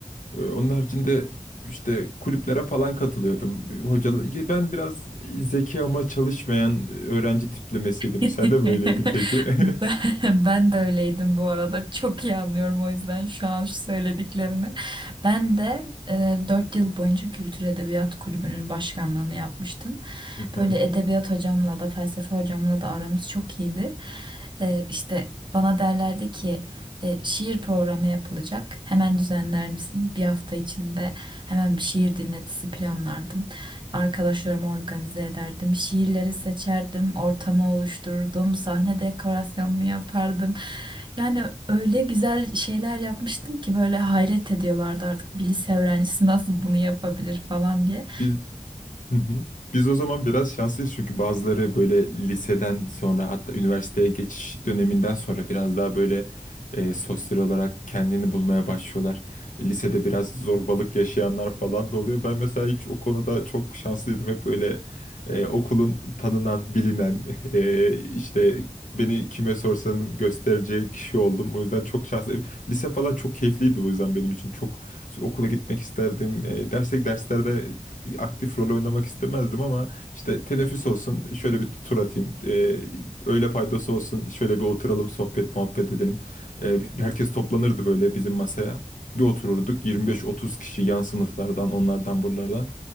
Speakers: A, on the left (about 80°); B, on the right (about 35°).
A: Ee, Onun haricinde işte kulüplere falan katılıyordum. Hocalar, ben biraz zeki ama çalışmayan öğrenci tiplemesiydim.
B: <laughs>
A: Sen de mi öyleydin peki?
B: Ben,
A: <laughs>
B: ben de öyleydim bu arada. Çok iyi anlıyorum o yüzden şu an şu söylediklerini. Ben de e, 4 yıl boyunca Kültür Edebiyat Kulübü'nün başkanlığını yapmıştım.
A: Hı hı.
B: Böyle edebiyat hocamla da felsefe hocamla da aramız çok iyiydi. Ee, işte bana derlerdi ki e, şiir programı yapılacak. Hemen düzenler misin? Bir hafta içinde hemen bir şiir dinletisi planlardım. Arkadaşlarımı organize ederdim. Şiirleri seçerdim. Ortamı oluştururdum. Sahne dekorasyonunu yapardım. Yani öyle güzel şeyler yapmıştım ki böyle hayret ediyorlardı artık. Bir lise öğrencisi nasıl bunu yapabilir falan diye.
A: Biz Hı hı. Biz o zaman biraz şanslıyız çünkü bazıları böyle liseden sonra hatta üniversiteye geçiş döneminden sonra biraz daha böyle e, sosyal olarak kendini bulmaya başlıyorlar. Lisede biraz zorbalık yaşayanlar falan da oluyor. Ben mesela hiç o konuda çok şanslıydım. Hep böyle e, okulun tanınan, bilinen e, işte beni kime sorsan göstereceği kişi oldum. O yüzden çok şanslıyım. Lise falan çok keyifliydi o yüzden benim için çok okula gitmek isterdim. E, dersek derslerde aktif rol oynamak istemezdim ama işte teneffüs olsun şöyle bir tur atayım. Ee, öğle paydası olsun şöyle bir oturalım sohbet muhabbet edelim. Ee, herkes toplanırdı böyle bizim masaya. Bir otururduk 25-30 kişi yan sınıflardan onlardan buralardan.